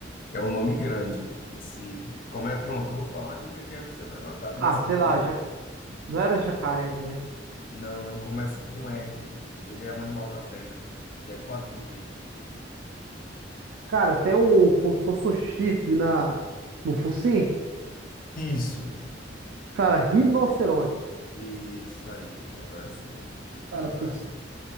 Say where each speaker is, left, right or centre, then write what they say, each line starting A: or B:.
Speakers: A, on the left; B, on the right.
A: É um nome grande. Esse, como é, pronto, eu vou falar uma dica que acho que você vai matar. Começa
B: Ah, sei
A: com
B: lá,
A: R.
B: já... não era jacaré, né?
A: Não, não começa com R. Ele é um animal da terra e é quadrúpede.
B: Cara, tem um. Como se fosse um chifre na... no focinho.
A: Isso,
B: Cara, rinoceronte.
A: isso aí. Agora sim.
B: Cara,
A: Agora
B: custei
A: foi.